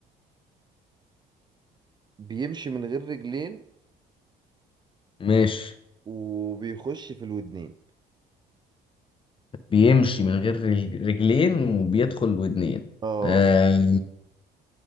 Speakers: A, on the right (about 25°); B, on the left (about 30°).
A: بيمشي من غير رجلين
B: ماشي
A: وبيخش في الودنين
B: بيمشي من غير رجل- رجلين وبيدخل ودنين
A: اه
B: آه